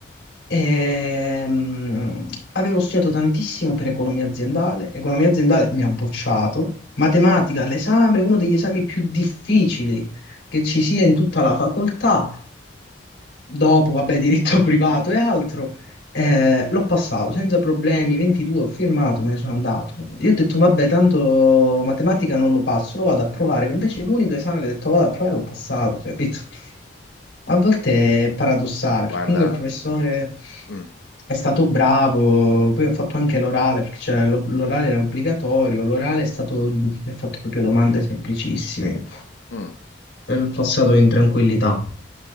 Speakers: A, on the left; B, on the left.
A: Ehm, avevo studiato tantissimo per economia aziendale, economia aziendale mi ha bocciato, matematica all'esame, uno degli esami più difficili che ci sia in tutta la facoltà dopo, vabbè, diritto <laughs> privato e altro, eh, l'ho passato senza problemi, 22, ho firmato, me ne sono andato. Io ho detto, vabbè, tanto matematica non lo passo, lo vado a provare. Invece l'unico esame che ho detto, vado a provare, l'ho passato, capito? A volte è paradossale, perché
B: guarda,
A: comunque il professore
B: mm,
A: è stato bravo, poi ho fatto anche l'orale, perché c'era l'o- l'orale era obbligatorio, l'orale è stato, mi ha fatto proprio domande semplicissime,
B: mm,
A: ho passato in tranquillità.